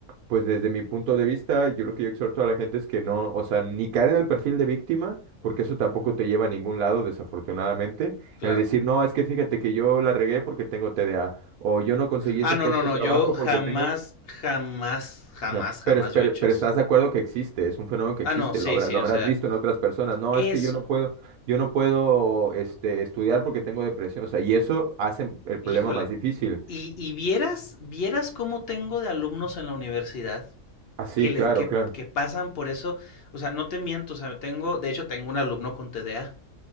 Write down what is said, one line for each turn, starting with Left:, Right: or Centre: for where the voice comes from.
Right: pues desde mi punto de vista, yo lo que yo exhorto a la gente es que no, o sea, ni caer en el perfil de víctima, porque eso tampoco
Left: ujú.
Right: te lleva a ningún lado, desafortunadamente.
Left: Claro.
Right: El decir, no, es que fíjate que yo la regué porque tengo TDA, o yo no conseguí
Left: Ah,
Right: ese
Left: no,
Right: puesto
Left: no, no.
Right: de trabajo
Left: Yo jamás,
Right: porque tengo...
Left: jamás, jamás,
Right: O sea,
Left: jamás
Right: pero, es- pero,
Left: yo he hecho
Right: pero
Left: eso.
Right: estás de acuerdo que existe, es un fenómeno que
Left: Ah,
Right: existe,
Left: no, sí,
Right: lo habrá-
Left: sí,
Right: lo
Left: o
Right: habrás
Left: sea,
Right: visto en otras personas. No,
Left: eso.
Right: es que yo no puedo, yo no puedo este, estudiar porque tengo depresión. O sea, y eso hace el problema
Left: Híjole.
Right: más difícil.
Left: Y, y vieras, vieras cómo tengo de alumnos en la universidad.
Right: Ah, sí,
Left: que, le,
Right: claro,
Left: que,
Right: claro.
Left: que pasan por eso. O sea, no te miento, o sea, tengo, de hecho, tengo un alumno con TDA.